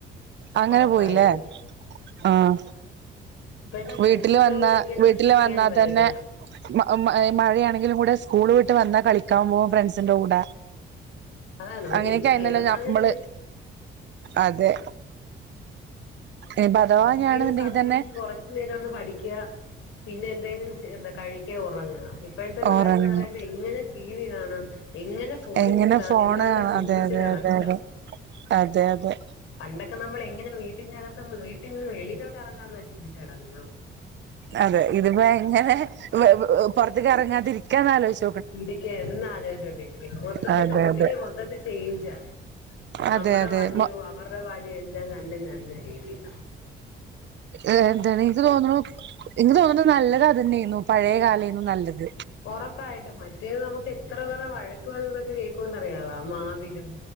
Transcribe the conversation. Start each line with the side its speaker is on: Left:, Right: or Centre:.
Right: അങ്ങനെ
Left: ഉറപ്പായിട്ട്
Right: പോയില്ലേ ആഹ്
Left: ഇപ്പോഴത്തെ ഫ്രണ്ട്സിനെ
Right: വീട്ടില് വന്ന
Left: നമുക്ക് ഒരിക്കലും
Right: വീട്ടില്
Left: വിശ്വസിക്കാനും
Right: വന്നാൽ
Left: പറ്റത്തില്ല
Right: തന്നെ മ മഴ മഴയാണെങ്കിലും കൂടെ സ്കൂള് വിട്ട് വന്നാൽ കളിക്കാൻ പോകും ഫ്രണ്ട്സിന്റെ കൂടെ
Left: അതാ നമ്മൾ
Right: അങ്ങനെക്കെ
Left: വീട്ടിൽ
Right: ആയിന്നല്ലോ
Left: കേറുന്നതിനെ
Right: ഞമ്മള് അതെ ഇനിപ്പ അഥവാ
Left: എങ്ങനേലും
Right: ഞാണെന്നുണ്ടെങ്കിൽ
Left: സന്ധ്യക്ക്ന്ന്
Right: തന്നെ
Left: കുറച്ച് ച്ച് നേരം ഒന്ന് പഠിക്ക പിന്നെ എന്തെലും ചെ എന്താ കഴിക്ക ഒറങ്ങ ഇപ്പഴത്തെ പിള്ളേര്
Right: ഉറങ്ങും
Left: എന്ന് പറമ്പായ്യ് എങ്ങനെ ടി. വി. കാണാം എങ്ങനെ ഫോണി
Right: എങ്ങനെ
Left: കുത്താം
Right: ഫോണ്
Left: എന്നുള്ള ചിന്തിച്ച്
Right: അതെ അതെ
Left: നടക്കുവാ
Right: അതെ അതെ അതെ അതെ
Left: പണ്ട് ഒക്കെ നമ്മള് എങ്ങനെ വീട്ടിന്റെ അകത്ത് നിന്ന് വീട്ടിൽ നിന്ന് വെളിയിലോട്ട് എറങ്ങാം എന്ന് ചിന്തിച്ച് നടക്കുന്നെ
Right: അതെ ഇതിപ്പോ എങ്ങനെ വെ വ് പുറത്തേക്ക് ഇറങ്ങാതെ ഇരിക്കാന്ന് അലോച്ച്
Left: ഇരിക്ക് എന്ന ആലോച്ച്ണ്ട് ഇരിക്കുന്നു മൊത്തത്തി
Right: അതെ
Left: ടോട്ടില്
Right: അതെ
Left: മൊത്തത്തി ചെയ്ഞ്ച നമ്മുടെ
Right: അതെ അതെ
Left: ബാല്യവും അവരുടെ ബാല്യം എല്ലാം രണ്ടും രണ്ട് രീതിലാ
Right: ഏ എന്താണ് എനിക്ക് തോന്നണു എനിക്ക് തോന്നണു നല്ലത് അത് തന്നെ ആയിന്നു പഴേ കാലയിരുന്നു നല്ലത്
Left: ഒറപ്പായിട്ടും മറ്റേത് നമുക്ക് എത്ര പേരുടെ വഴക്കും അതും ഇതൊക്കെ കേൾക്കും മെന്ന് അറിയാവോ മാവിലും